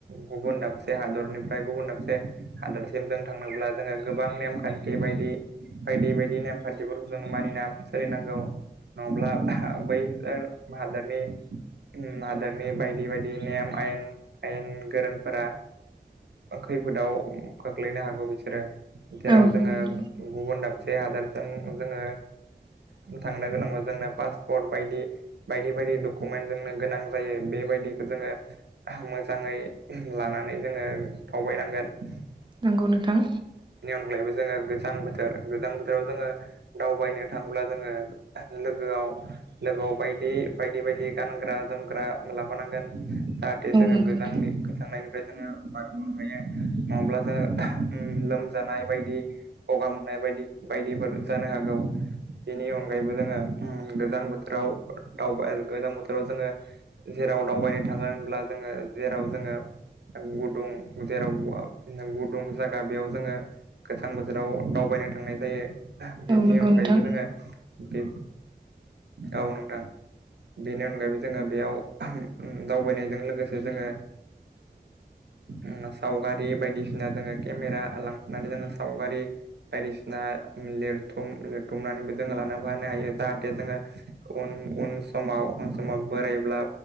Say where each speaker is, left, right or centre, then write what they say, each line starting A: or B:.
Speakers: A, on the right; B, on the right.
A: गुबुन दाबसे हादरनिफ्राय गुबुन दाबसे हादरसे थांनोब्ला जोंङो गोबां नेम खान्थि बायदि बायदि बायदि नेमखान्थिफोरखौ जों मानिनानै सोलिनांगौ नंङाब्ला बै हादोरनि हादोरनि बायदि बायदि नेम आयेन आयेन गोरोंफोरा खैफोदाव खोख्लैनो हागौ बिसोरो जेराव
B: औ नंगौ
A: जोंङो
B: नोंथां
A: गुबुन दाबसे हादोरजों जोंङो थांनो गोनां जोंनो पासपर्ट बायदि बायदि बायदि कुमेन्ट जों गोनां जायो बेबायदिखौ जोंङो मोजांङै लानानै जोंङो दावबायनानै थांगोन
B: नंगौ नोंथां
A: देग्लायबो जोंङो गोजां बोथोर गोजां बोथोराव जोंङो दावबायनो थांब्ला जोंङो लोगोआव लोगोआव बायदि बायदि बायदि गानग्रा जोमग्रा लाफानांगोन जाहाथे
B: औ
A: जोङो
B: नंगौ
A: गोजांनि
B: नोंथां
A: गोजांनायनिफ्राय जोङो बारग'नो हायो नंङाब्ला जोङो उम लोमजानाय बायदि गगा मोननाय बायदि बायदिफोर जानो हागौ। बेनि अनगायैबो जोङो उम गोजां बोथोराव दावबाय गोजां बोथोराव जोङो दाव दावबायनो थांङो होनब्ला जोङो जेराव जोङो गुदुं जेराव गुदुं जा दा बेयाव जोङो गोजां बोथोराव दावबायनो थांनाय जायो। बेनि
B: औ नंगौ
A: अनगायैबो
B: नोंथां
A: जोङो बे औ नोंथां। बेनि अनगायैबो जोङो बेयाव उम दावबायनायजों लोगोसे जोङो उम सावगारि बायदिसिना जोङो केमेरा लांफानानै जोङो सावगारि बायदिसिना लिरथुम लिरथुमनानैबो जोङो लाना फैनो हायो जाहाथे जोङो उन उन समाव उन समाव बोराइब्ला